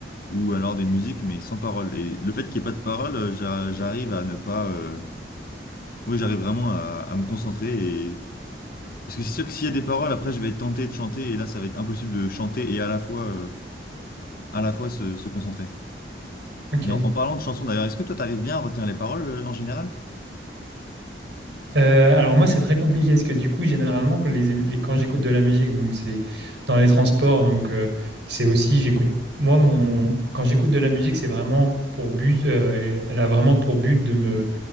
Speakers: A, on the left; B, on the right.
A: ou alors des musiques mais sans parole. Et le fait qu'il n'y ait pas de parole, euh, j'a- j'arrive à ne pas... euh, Oui, j'arrive vraiment à, à me concentrer et... Parce que c'est sûr que s'il y a des paroles, après je vais tenter de chanter et là ça va être impossible de chanter et à la fois, euh, à la fois se, se concentrer.
B: Ok.
A: Et en, en parlant de chansons d'ailleurs, est-ce que toi t'arrives bien à retenir les paroles euh, en général?
B: Euh, alors moi, c'est très compliqué parce que du coup, généralement, que les, les- quand j'écoute de la musique, donc c'est dans les transports, donc euh, c'est aussi, j'écoute, moi, mon, quand j'écoute de la musique, c'est vraiment pour but, euh, elle a vraiment pour but de me